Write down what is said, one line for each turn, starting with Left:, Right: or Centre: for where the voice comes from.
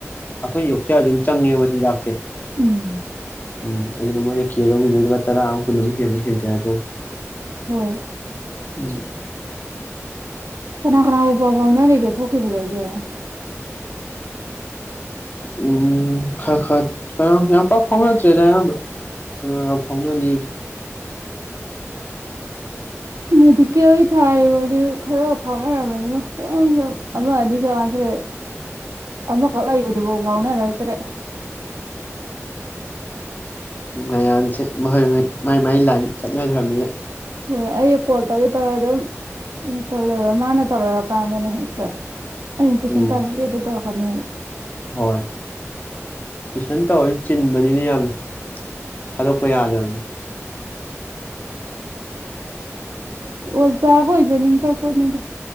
Left: ꯑꯩꯈꯣꯏꯅ ꯌꯣꯛꯆꯔ ꯑꯗꯨꯝ ꯆꯪꯉꯦ ꯖꯥꯛꯦ
Right: ꯎꯝ
Left: ꯎꯝ ꯑꯗꯨꯅ ꯃꯣꯏꯅ ꯀꯦ ꯂꯧꯕꯕ ꯇꯔꯥ ꯑꯃ ꯀ ꯍ ꯍꯦꯟꯖꯦ ꯑꯗꯨ
Right: ꯍꯣꯏ
Left: ꯎꯝ
Right: ꯀꯅꯥ ꯀꯅꯥꯕꯨꯕ ꯄꯥꯎ ꯐꯥꯎꯅꯔꯤꯒꯦ ꯊꯣꯛꯈꯤꯕꯗꯒꯤꯦ
Left: ꯎꯝ ꯈꯔ ꯈꯔ ꯀꯩꯅ ꯌꯥꯝ ꯄꯥꯛ ꯐꯥꯎꯅꯗ꯭ꯔꯦꯗ ꯑꯌꯥꯝꯕ ꯀ ꯐꯥꯎꯅꯅꯤ
Right: ꯃꯦꯗꯤꯀꯦꯜꯒꯤ ꯊꯥꯔꯤꯐꯥꯎꯗꯤ ꯈꯔ ꯐꯥꯎꯅꯔꯕꯅꯤꯀꯣ ꯁ ꯑꯃ ꯑꯅꯤ ꯀꯃꯥꯏꯅ ꯊꯣꯛ ꯂꯩ ꯑꯃꯈꯛ ꯂꯩꯏꯕꯗꯨꯐꯣ ꯥꯎꯅꯥ ꯔꯣꯏꯇꯔꯦ
Left: ꯃꯌꯥꯟꯁꯦ ꯃꯈꯣꯏ ꯃꯍꯣꯏ ꯃꯥꯏ ꯃꯥꯏ ꯂꯥꯏꯟ ꯆꯠꯅꯈ꯭ꯔꯕꯅꯤꯅ
Right: ꯍꯣꯏ ꯑꯩ ꯀꯣꯜ ꯇꯧꯒꯦ ꯇꯧꯔꯒ ꯑꯗꯨꯝꯩꯅ ꯇꯧ ꯂꯩꯦꯕ ꯃꯥꯅ ꯇꯧꯔꯛꯑꯀꯥꯟꯗꯅꯦ ꯍꯦꯛꯇ ꯑ ꯇꯨꯁꯟ
Left: ꯎꯝ
Right: ꯇ ꯃꯤꯦꯗ ꯇꯧꯣ ꯐꯅꯤ
Left: ꯍꯣꯏ ꯇꯨꯏꯁꯟ ꯇꯧꯔꯗꯤ ꯆꯤꯟꯕꯅꯤꯅ ꯌꯥꯝꯅ ꯊꯥꯗꯣꯛꯄ ꯌꯥꯗꯕꯅꯤ
Right: ꯑꯣꯖꯥꯕꯨ ꯑꯣꯏꯖꯅꯤꯡꯗ꯭ꯔ ꯄꯣꯠꯅꯤꯗ